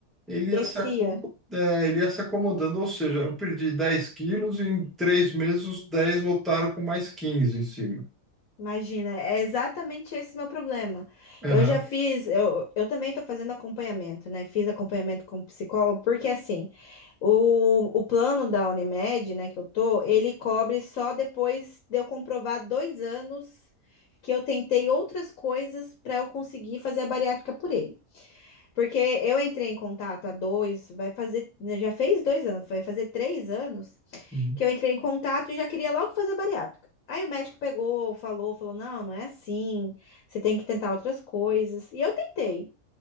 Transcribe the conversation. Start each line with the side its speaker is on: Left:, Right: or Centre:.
Centre: ele ia
Left: Descia.
Centre: se acomodando, ele ia se acomodando, ou seja, eu perdi 10 quilos e em três meses os 10 voltaram com mais quinze em cima.
Left: Imagina, é exatamente esse meu problema.
Centre: Aham.
Left: Eu já fiz, eu, eu também estou fazendo acompanhamento, né? Fiz acompanhamento com psicólogo, porque assim, o, o plano da Unimed, né, que eu tô, ele cobre só depois de eu comprovar dois anos que eu tentei outras coisas para eu conseguir fazer a bariátrica por ele. Porque eu entrei em contato há dois, vai fazer, já fez dois anos, vai fazer três anos
Centre: Uhum.
Left: que eu entrei em contato e já queria logo fazer bariátrica. Aí o médico pegou, falou, falou: não, não é assim, você tem que tentar outras coisas. E eu tentei,